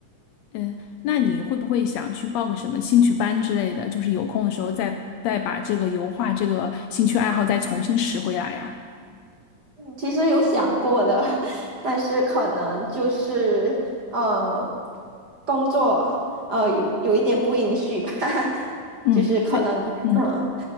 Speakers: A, on the left; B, on the right.
A: 嗯，那你会不会想去报个什么兴趣班之类的？就是有空的时候再再把这个油画这个兴趣爱好再重新拾回来呀？
B: 其实有想过的，<laughs> 但是可能就是呃工作呃有有一点不允许吧，<laughs>
A: 嗯，
B: 就是可能嗯。
A: 对，嗯，